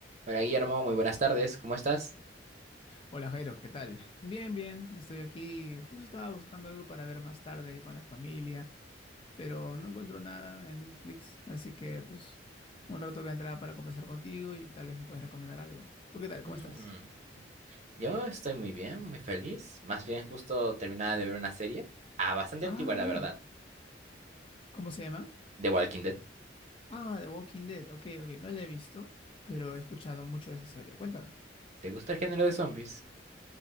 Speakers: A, on the right; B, on the left.
A: Hola Guillermo, muy buenas tardes, ¿cómo estás?
B: Hola Jairo, ¿qué tal? Bien, bien, estoy aquí. Justo estaba buscando algo para ver más tarde ahí con la familia, pero no encuentro nada en Netflix, así que pues un rato que entraba para conversar contigo y tal vez me puedes recomendar algo. ¿Tú qué tal? ¿Cómo
A: Mm,
B: estás?
A: yo estoy muy bien, muy feliz. Más bien, justo terminaba de ver una serie, ah, bastante
B: Ah,
A: antigua, la
B: bien.
A: verdad,
B: ¿Cómo se llama?
A: The Walking Dead.
B: Ah, The Walking Dead. Ok, ok, no la he visto, pero he escuchado mucho de esa serie. Cuéntame.
A: ¿Te gusta el género de zombies?